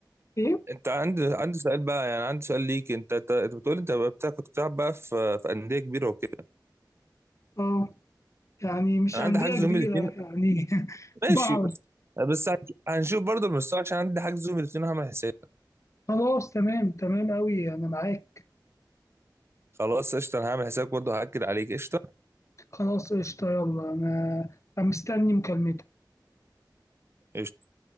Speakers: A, on the left; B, on the right.
A: إيه؟
B: أنت عندي عندي سؤال بقى يعني عندي سؤال ليك انت انت أنت بتقول انت بقى بتاع كنت بتلعب بقى في في انديه كبيره وكده
A: آه يعني مش
B: انا
A: أندية
B: عندي حجز يوم
A: كبيرة
B: الاثنين
A: يعني <laughs>
B: ماشي
A: بعض
B: بس بس هنش- هنشوف برضه المستوى عشان عندي حجز يوم الاثنين هعمل حساب
A: خلاص تمام تمام أوي أنا معاك
B: خلاص قشطه انا هعمل حسابك برضه هاكد عليك قشطه
A: خلاص قشطة يلا أنا أنا مستني مكالمتك
B: قشطة.